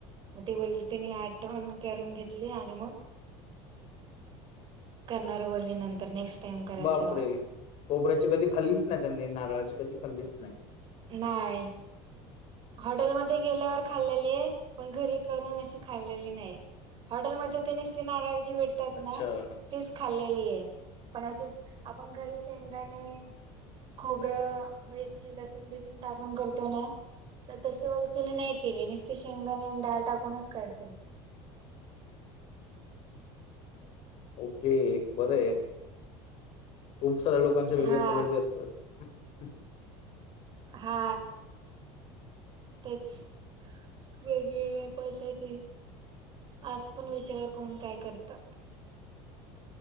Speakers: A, on the right (about 40°); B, on the left (about 50°).
A: मग ती बोलली तिने आटवण करून घेतली आणि मग. करणार बोलले नंतर नेक्स्ट. टाइम कराल
B: बापरे
A: तेव्हा
B: खोबऱ्याची कधी खाल्लीच नाही त्यांनी नारळाची कधी खाल्लीच नाही.
A: नाहीय. हॉटेलमध्ये गेल्यावर खाल्लेली आहे पण घरी करून अशी खाल्लेली नाही. हॉटेलमध्ये ते निस्ती नाराजी भेटतात
B: अच्छा.
A: ना. तीच खाल्लेली आहे पण असे आपण घरी शेंगदाणे. खोबर्या वयची लसण बेसून टाकून करतो ना. तर तशी ल तिने नाही केले नुसती शेंगदाणे आणि डाळ टाकूनच करते.
B: ओके बरं हाय. खूप साऱ्या लोकांच्या वेगळ्या
A: हा
B: कॉलिटी असतात. हम्म.
A: हा तेच. वेगवेगळ्या पद्धती आज पण विचार कोण काय करत.